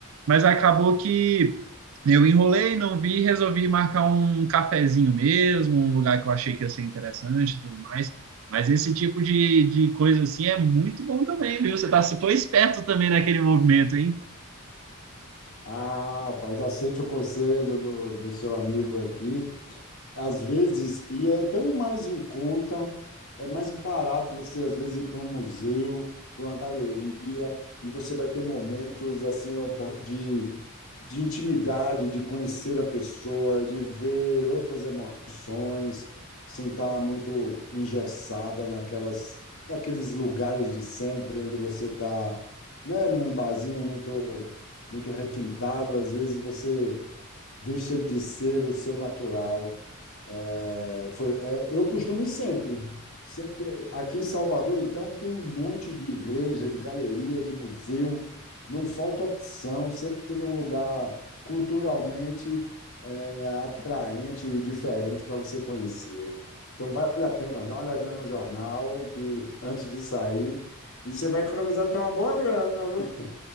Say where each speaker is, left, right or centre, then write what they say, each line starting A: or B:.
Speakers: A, on the right; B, on the left.
A: mas acabou que eu enrolei, não vi, resolvi marcar um cafezinho mesmo, um lugar que eu achei que ia ser interessante e tudo mais. Mas esse tipo de, de coisa assim é muito bom também, viu? Você tá, você foi esperto também naquele movimento, hein?
B: Ah, rapaz, aceite o conselho do, do seu amigo aqui Às vezes, e é tão mais em conta, é mais barato você, às vezes, ir para um museu, para uma galeria, e você vai ter momentos assim ó, po- de, de intimidade, de conhecer a pessoa, de ver outras emoções, sem estar muito engessada naquelas, naqueles lugares de sempre, onde você está, né, num barzinho muito, muito requintado, às vezes você deixa de ser o seu natural é, foi- é, eu costumo ir sempre. Sempre- Aqui em Salvador, então, tem um monte de igreja, de galeria, de museu. Não falta opção. Sempre tem um lugar culturalmente é, atraente e diferente para você conhecer. Então, vale a pena dar uma olhadinha no jornal que, antes de sair. E você vai economizar até uma boa grana, viu?